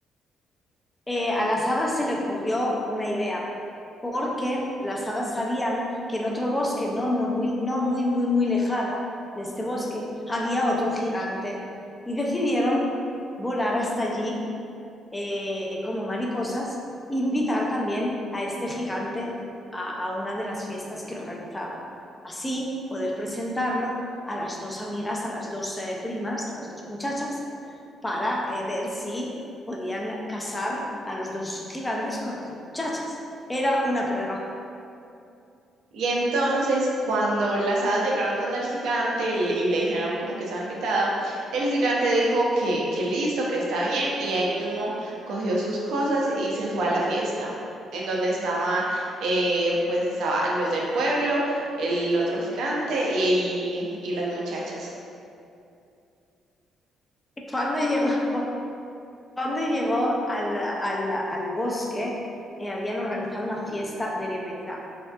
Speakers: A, on the left; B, on the right.
A: Eh, a las hadas se le ocurrió una idea, porque las hadas sabían que en otro bosque, no, no muy, no muy, muy, muy lejano de este bosque, había otro gigante y decidieron volar hasta allí eh, como mariposas, invitar también a este gigante a, a una de las fiestas que organizaban. Así poder presentarlo a las dos amigas, a las dos eh, primas, a las dos muchachas, para eh, ver si podían casar a los dos gigantes con las dos muchachas. Era una prueba.
B: Y entonces, cuando las hadas llegaron donde el gigante y le y le dijeron como que estaba invitado, el gigante dijo que, que listo, que está bien, y ahí mismo cogió sus cosas y se fue a la fiesta, en donde estaban, eh, pues estaban los del pueblo, el otro gigante y, y las muchachas.
A: Cuando llegó, Cuando llegó al al al bosque, eh, habían organizado una fiesta de bienvenida